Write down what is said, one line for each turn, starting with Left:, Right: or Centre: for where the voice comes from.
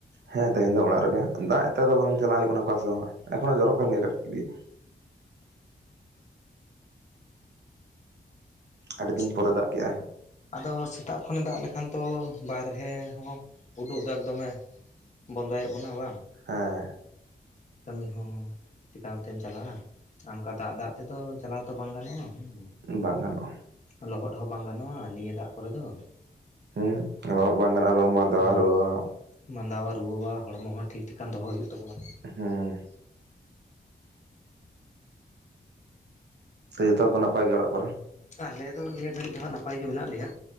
Right: ᱦᱮᱸ ᱛᱮᱦᱮᱧ ᱫᱚ ᱚᱲᱟᱜ ᱨᱮᱜᱮ ᱫᱟᱜ ᱮᱜ ᱛᱮ ᱟᱫᱚ ᱵᱟᱝ ᱪᱟᱞᱟᱜ ᱦᱩᱭᱩᱜ ᱠᱟᱱᱟ ᱚᱠᱟ ᱥᱮᱫ ᱦᱚᱸ ᱮᱠᱷᱚᱱᱳ ᱡᱚᱨᱚᱜ ᱠᱟᱱ ᱜᱮᱭᱟ ᱠᱟᱹᱴᱤᱡ ᱠᱟᱹᱴᱤᱡ᱾ ᱟᱹᱰᱤ
Left: ᱟᱪᱪᱷᱟ
Right: ᱫᱤᱱ ᱯᱚᱨᱮ ᱫᱟᱜ ᱠᱮᱜᱼᱟᱭ᱾
Left: ᱟᱫᱚ ᱥᱮᱛᱟᱜ ᱠᱷᱚᱱ‌ ᱫᱟᱜ ᱞᱮᱠᱷᱟᱱ ᱛᱚ ᱵᱟᱨᱦᱮ ᱦᱚᱸ ᱦᱩᱰᱩᱜ ᱫᱟᱜ ᱫᱚᱢᱮ᱾ ᱵᱚᱱᱫᱚᱭᱮᱫ ᱵᱚᱱᱟ ᱵᱟᱝ?
Right: ᱦᱮᱸ᱾
Left: ᱠᱟᱹᱢᱤ ᱦᱚᱸ ᱪᱤᱠᱟ ᱚᱱᱛᱮᱢ ᱪᱟᱞᱟᱜᱼᱟ ᱟᱨ ᱚᱱᱠᱟ ᱫᱟᱜ ᱫᱟᱜ ᱛᱮᱫᱚ ᱪᱟᱞᱟᱣ ᱛᱚ ᱵᱟᱝ ᱜᱟᱱᱚᱜᱼᱟ ᱦᱩᱸ᱾
Right: ᱵᱟᱝ ᱜᱟᱱᱚᱜᱼᱟ᱾
Left: ᱞᱚᱦᱚᱫ ᱦᱚᱸ ᱵᱟᱝ ᱜᱟᱱᱚᱜᱼᱟ ᱱᱤᱭᱟᱹ ᱫᱟᱜ ᱠᱚᱨᱮ ᱫᱚ᱾
Right: ᱦᱩᱸ ᱞᱚᱦᱚᱫ ᱵᱟᱝ ᱜᱟᱱᱚᱜᱼᱟ ᱟᱨᱦᱚᱸ <unintelligible> ᱢᱟᱫᱟᱣᱟ,
Left: ᱦᱮᱸ
Right: ᱨᱩᱣᱟᱹᱣᱟ ᱦᱟᱸᱜ᱾ <unintelligible>
Left: ᱢᱟᱸᱫᱟᱣᱟ, ᱨᱩᱣᱟᱹᱣᱟ, ᱦᱚᱲᱢᱚ ᱦᱚᱸ ᱴᱷᱤᱠ ᱴᱷᱤᱠᱟᱱ ᱫᱚᱦᱚ ᱦᱩᱭᱩᱜ ᱛᱟᱵᱚᱱᱟ᱾
Right: ᱦᱮᱸ᱾ ᱛᱚ ᱡᱚᱛᱚ ᱜᱮ ᱠᱚ ᱱᱟᱯᱟᱭ ᱜᱮ ᱚᱲᱟᱜ ᱠᱚᱨᱮ?
Left: ᱟᱞᱮ ᱫᱚ ᱱᱤᱭᱟᱹ ᱜᱷᱟᱹᱲᱤᱡ ᱫᱚ ᱦᱟᱸᱜ ᱱᱟᱯᱟᱭ ᱜᱮ ᱢᱮᱱᱟᱜ ᱞᱮᱭᱟ᱾